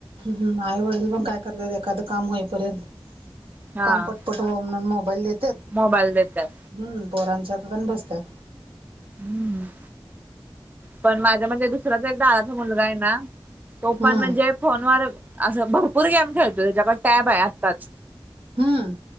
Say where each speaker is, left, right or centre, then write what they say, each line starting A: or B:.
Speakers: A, on the right (about 75°); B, on the right (about 20°).
A: ह आई वडील पण काय करतात एखादं काम होईपर्यंत
B: हा
A: काम पट पटून मोबाईल देत.
B: मोबाईल देतात.
A: हम पोरांच्या आात आणि बसतात.
B: हम्म. पण माझ्या म्हणजे दुसराचा एकदाादााचा मुलगा आहे ना तो
A: हम्म
B: पण म्हणजे. फोनवर असं भरपूर गेम खेळतो त्याच्याकडे टॅब आहे आत्ताच.
A: हम्म